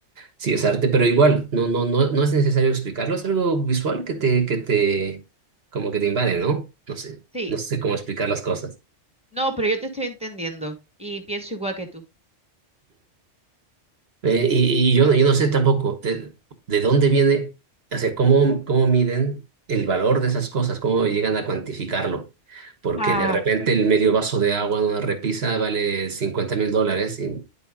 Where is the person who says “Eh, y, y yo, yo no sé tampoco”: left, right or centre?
Right